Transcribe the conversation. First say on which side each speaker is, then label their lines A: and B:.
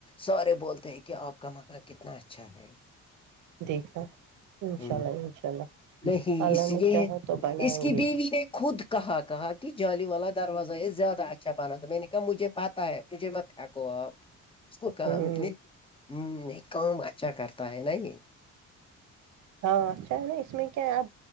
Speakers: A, on the left; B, on the right.
A: سارے بولتے ہیں کہ آپ کا مکان کتنا اچھا ہے
B: دیکھا انشاء
A: ہ
B: اللہ انشاء اللہ
A: نہیں
B: اللہ
A: اس
B: نے
A: یہ
B: چاہا
A: ہے
B: تو بنائیں
A: اس کی
B: گے
A: بھی نے خود کہا کہا کہ جالی والا دروازہ یہ زیادہ اچھا بنا تھا میں نے کہا مجھے پتہ ہے تجھے بت کوو آپ اس کو کامت
B: ہوں
A: نہیں <unintelligible> ہ نہیں کام اچھا کرتا ہے نا یے
B: ہاں اچھا ہے نا اس میں کیا ہے اب